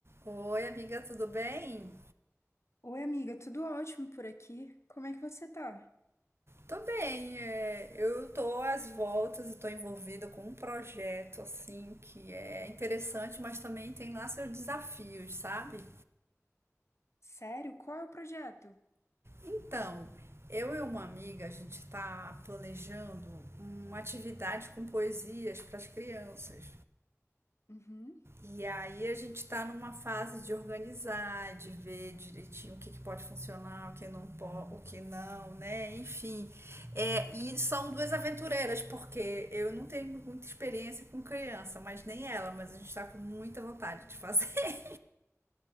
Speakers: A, on the right (about 50°); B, on the left (about 60°).
A: Oi, amiga, tudo bem?
B: Oi, amiga, tudo ótimo por aqui. Como é que você tá?
A: Tô bem, é, eu tô às voltas e tô envolvida com um projeto assim que é interessante, mas também tem lá seus desafios, sabe?
B: Sério? Qual é o projeto?
A: Então, eu e uma amiga, a gente tá planejando uma atividade com poesias para as crianças.
B: Uhum.
A: E aí a gente está numa fase de organizar, de ver direitinho o que, que pode funcionar, o que não pode, o que não, né? Enfim. É, e são duas aventureiras, porque eu não tenho muita experiência com criança, mas nem ela, mas a gente está com muita vontade de fazer. <laughs>